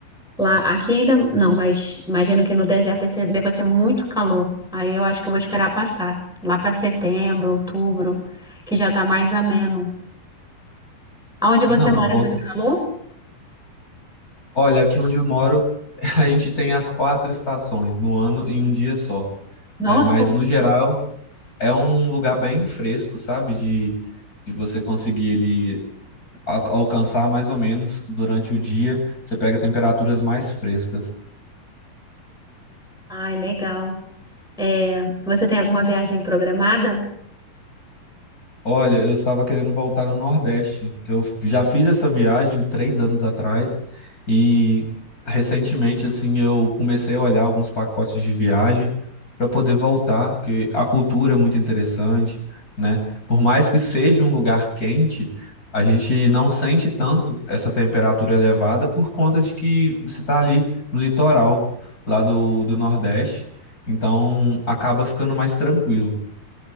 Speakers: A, in the centre; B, on the left.
A: Lá, aqui ainda não, mas imagino que no deserto deve ser, deva ser muito calor. Aí eu acho que eu vou esperar passar. Lá para setembro, outubro, que já tá mais ameno. Aonde
B: Ah,
A: você
B: não.
A: mora
B: con-
A: é muito calor?
B: Olha, aqui onde eu moro, <laughs> a gente tem as quatro estações no ano em um dia só,
A: Nossa!
B: né? Mas no geral. é um lugar bem fresco, sabe? De, de você conseguir ele alcançar mais ou menos durante o dia, você pega temperaturas mais frescas.
A: Ai, legal. É, você tem alguma viagem programada?
B: Olha, eu estava querendo voltar no Nordeste, que eu já fiz essa viagem três anos atrás e recentemente, assim, eu comecei a olhar alguns pacotes de viagem para poder voltar, porque a cultura é muito interessante, né? Por mais que seja um lugar quente, a gente não sente tanto essa temperatura elevada por conta de que você está ali no litoral lá do, do Nordeste, então acaba ficando mais tranquilo.